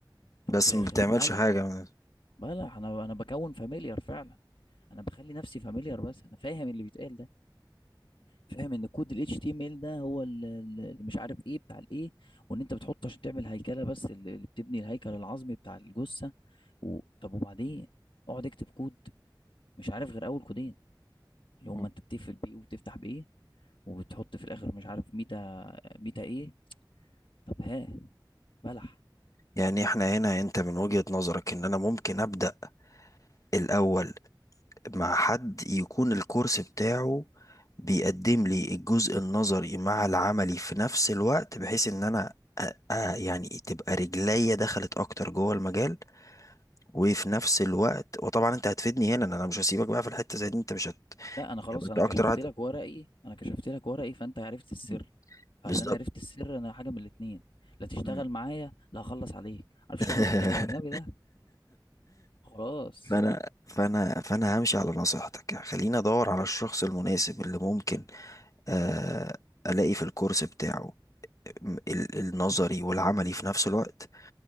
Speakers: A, on the left; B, on the left.
A: طب
B: بس
A: وفي الاخر
B: ما بتعملش
A: بلح
B: حاجة
A: بلح انا انا بكون فاميليار فعلا انا بخلي نفسي فاميليار بس انا فاهم اللي بيتقال ده فاهم ان كود ال HTML ده هو ال- ال- اللي مش عارف ايه بتاع الايه وان انت بتحطه عشان تعمل هيكله بس ال- اللي بتبني الهيكل العظمي بتاع الجثه و... طب وبعدين اقعد اكتب كود مش عارف غير اول كودين اللي هما
B: امم
A: انت بتقفل بايه وبتفتح بايه وبتحط في الاخر مش عارف ميتا ميتا ايه طب ها بلح
B: يعني احنا هنا انت من وجهة نظرك ان انا ممكن ابدأ الاول مع حد يكون الكورس بتاعه بيقدم لي الجزء النظري مع العملي في نفس الوقت بحيث ان انا أ- أ- يعني تبقى رجليا دخلت اكتر جوه المجال وفي نفس الوقت وطبعا انت هتفيدني هنا إن انا مش هسيبك بقى في الحتة زي دي انت مش هت...
A: لا انا خلاص
B: يبقى انت
A: انا
B: اكتر
A: كشفت
B: واحد
A: لك ورقي انا كشفت لك ورقي فانت عرفت السر
B: مم.
A: فعشان
B: بالظبط
A: عرفت السر انا حاجه من الاتنين لا تشتغل
B: مم.
A: معايا لا هخلص عليك عارف
B: <laughs>
A: شغل الافلام الاجنبي ده خلاص
B: فانا فانا فانا همشي على نصيحتك يعني خليني ادور على الشخص المناسب اللي ممكن آه، الاقي في الكورس بتاعه م- ال- النظري والعملي في نفس الوقت